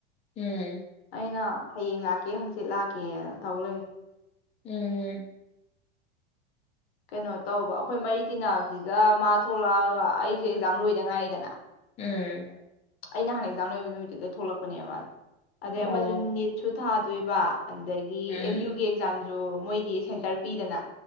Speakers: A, on the left; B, on the left.
A: ꯎꯝ
B: ꯑꯩꯅ ꯍꯌꯦꯡ ꯂꯥꯛꯀꯦ ꯍꯪꯆꯤꯠ ꯂꯥꯛꯀꯦꯅ ꯇꯧ ꯂꯩ
A: ꯎꯝ
B: ꯀꯩꯅꯣ ꯇꯧꯕ ꯑꯩꯈꯣꯏ ꯃꯔꯤ ꯇꯤꯟꯅꯕꯁꯤꯗ ꯃꯥ ꯊꯣꯛꯂꯛꯑꯒ ꯑꯩꯁꯦ ꯑꯦꯛꯖꯥꯝ ꯂꯣꯏꯗ ꯉꯥꯏꯔꯤꯗꯅ
A: ꯎꯝ
B: ꯑꯩꯅ ꯅꯍꯥꯟ ꯑꯦꯛꯖꯥꯡ ꯂꯣꯏꯕ ꯅꯨꯃꯤꯠꯇꯨꯗ ꯊꯣꯛꯂꯛꯄꯅꯦ ꯃꯥꯁꯦ ꯑꯗꯩ
A: ꯑꯣ
B: ꯑꯃꯁꯨ ꯅꯤꯠ ꯁꯨ ꯊꯥꯗꯣꯏꯕ ꯑꯗꯒꯤ
A: ꯎꯝ
B: ꯑꯦꯝ ꯌꯨꯒꯤ ꯑꯦꯛꯖꯥꯝ ꯑꯗꯨ ꯃꯣꯏꯗꯤ ꯁꯦꯟꯇꯔ ꯄꯤꯗꯅ